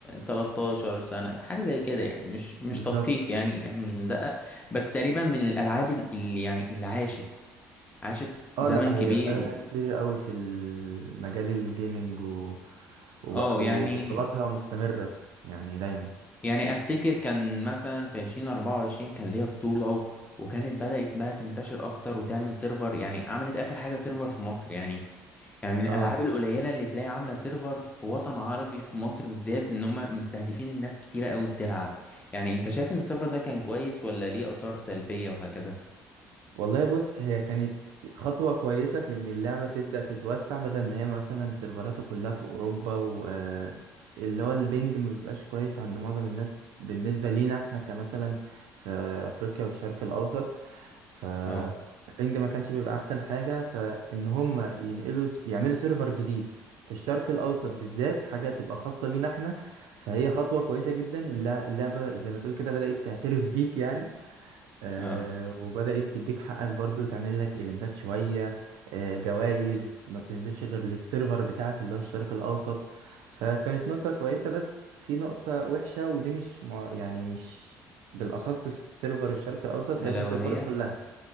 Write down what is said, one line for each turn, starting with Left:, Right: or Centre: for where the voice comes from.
Left: 13 سنة حاجة زي كده يعني مش مش
Right: بالظبط
Left: تدقيق يعني يعني مش بندقق بس تقريبا من الألعاب اللي يعني اللي عاشت عاشت
Right: اه
Left: زمن
Right: لا
Left: كبير
Right: هي بقالها
Left: و...
Right: كتير قوي في المجال الجيمنج و... وبق-
Left: اه
Right: وبطولاتها
Left: يعني
Right: مستمرة يعني دايما
Left: يعني أفتكر كان مثلا في 2024 كان ليها بطولة و... وكانت بدأت بقى تنتشر أكتر وتعمل سيرفر يعني عملت آخر حاجة سيرفر في مصر يعني يعني من الالعاب
Right: اه
Left: القليله اللي تلاقي عامله سيرفر في وطن عربي في مصر بالذات ان هم مستهدفين الناس كتيره قوي بتلعب يعني انت شايف ان السيرفر ده كان كويس ولا ليه اثار سلبيه وهكذا
Right: والله بص هي كانت خطوة كويسة في ان اللعبة تبدأ تتوسع بدل ما هي مثلا سيرفراتها كلها في اوروبا و آه، اللي هو البنج مبيبقاش كويس عند معظم الناس بالنسبة لينا احنا كمثلا في افريقيا والشرق الاوسط فالبنج
Left: اه
Right: ما كانش بيبقى احسن حاجه فان هم ينقلوا يعملوا سيرفر جديد في الشرق الاوسط بالذات حاجه تبقى خاصه بينا احنا فهي خطوه كويسه جدا اللع- اللعبه زي ما تقول كده بدات تعترف بيك يعني آه
Left: اه
Right: وبدات تديك حقك برضو تعمل لك ايفنتات شويه آه جوائز ما بتنزلش غير للسيرفر بتاعك اللي هو الشرق الاوسط فكانت نقطه كويسه بس في نقطه وحشه ودي مش مع- يعني مش بالاخص في سيرفر الشرق الاوسط
Left: الا
Right: هي في السيرفر
Left: وهي
Right: كلها